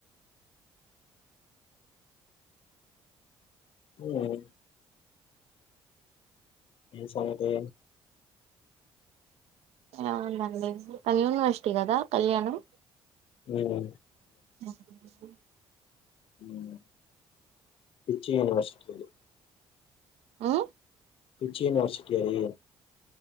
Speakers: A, on the left (about 60°); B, on the right (about 80°).
A: ఉమ్ ఏం సంగతే
B: అవునండి అ యూనివర్సిటీ కదా కళ్యాణం
A: ఓహో
B: అ చెపు
A: మ్మ్ పిచ్చి యూనివర్సిటీలు
B: ఆ
A: పిచ్చి యూనివర్సిటీ అది